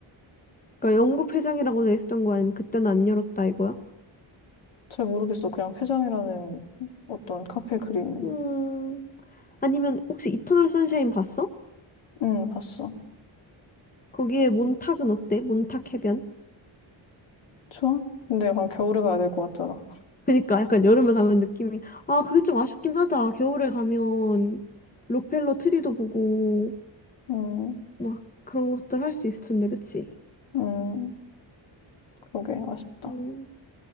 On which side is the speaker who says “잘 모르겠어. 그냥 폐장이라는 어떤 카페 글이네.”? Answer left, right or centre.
Left